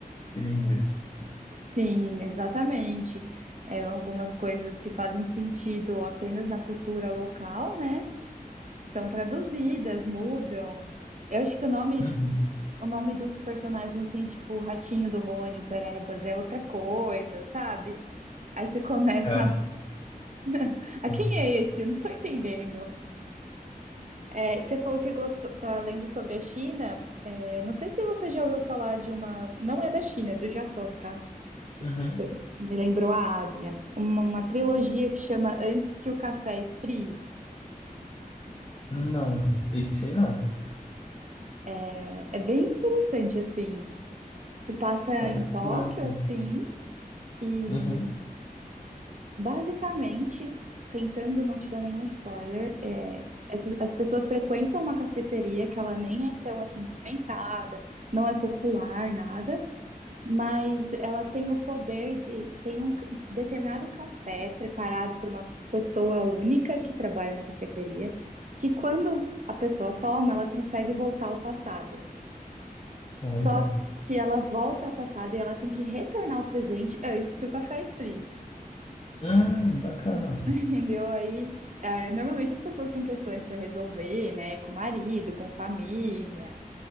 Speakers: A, on the left (about 35°); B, on the right (about 50°).
A: Ele em inglês.
B: Sim, exatamente. É, algumas coisas que fazem sentido apenas na cultura local, né? São traduzidas, mudam. Eu acho que o nome,
A: Uhum.
B: o nome dos personagens, assim, tipo, o Ratinho do Rony, o Perebas, é outra coisa, sabe? Aí você começa.
A: Ah,
B: A <laughs> "Ah,
A: não.
B: quem é esse? Eu não tô entendendo. É, você falou que gostou, tá lendo sobre a China. É, não sei se você já ouviu falar de uma. Não é da China, é do Japão, tá?
A: Uhum.
B: Você me lembrou a Ásia. Uma, uma trilogia que chama Antes que o Café Esfrie.
A: Não, esse aí não.
B: É, é bem interessante, assim. Se passa
A: Vou até
B: em
A: procurando
B: Tóquio,
A: aqui.
B: assim, e
A: Uhum.
B: Basicamente, tentando não te dar nenhum spoiler, é, essas- as pessoas frequentam uma cafeteria que ela nem é tão assim movimentada, não é popular, nada, mas ela tem o poder de, tem um c- determinado café preparado por uma pessoa única que trabalha na cafeteria, que quando a pessoa toma, ela consegue voltar ao passado.
A: Olha.
B: Só que ela volta ao passado e ela tem que retornar ao presente antes que o café esfrie.
A: Hum, bacana.
B: <laughs> Entendeu? Aí, é, normalmente as pessoas têm questões para resolver, né? Com o marido, com família.